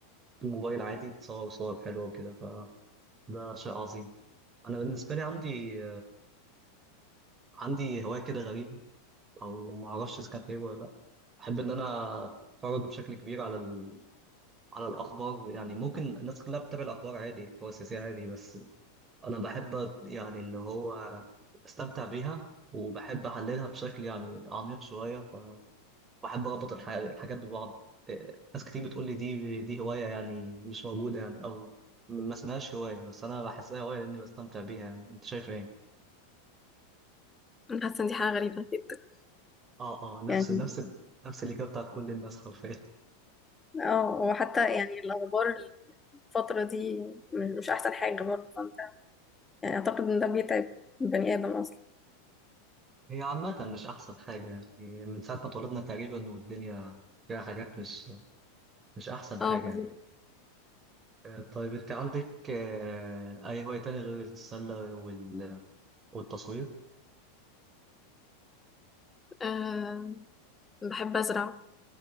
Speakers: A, on the right; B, on the left.
A: بالموبايل عادي تصور صور حلوة وكده فده شيء عظيم أنا بالنسبة لي عندي عندي هواية كده غريبة او ما اعرفش اذا كان خير ولا لا احب ان انا اتفرج بشكل كبير على ال... على الاخبار يعني ممكن الناس كلها بتتابع الاخبار عادي الاخبار السياسيه عادي بس انا بحب أت- يعني اللي هو استمتع بيها وبحب احللها بشكل يعني عميق شويه فبحب اربط الح... الحاجات ببعض إيه، ناس كتير بتقول لي دي دي هوايه يعني مش موجوده يعني او ما اسمهاش هوايه بس انا بحسها هوايه لاني بستمتع بيها يعني انت شايف ايه
B: أنا حاسة إن دي حاجة غريبة جدا
A: اه اه نفس
B: يعني
A: نفس ال- نفس الاجابه بتاعت كل الناس حرفيا
B: اه وحتى يعني الأخبار الفترة دي مش مش أحسن حاجة برضه فأنت يعني أعتقد إن ده بيتعب البني آدم أصلا
A: هي عامة مش أحسن حاجة يعني من ساعة ما اتولدنا تقريبا والدنيا فيها حاجات مش مش أحسن حاجة
B: اه بالظبط
A: يعني آه، طيب أنت عندك آه، أي هواية تانية غير السلة وال- والتصوير؟
B: أه بحب أزرع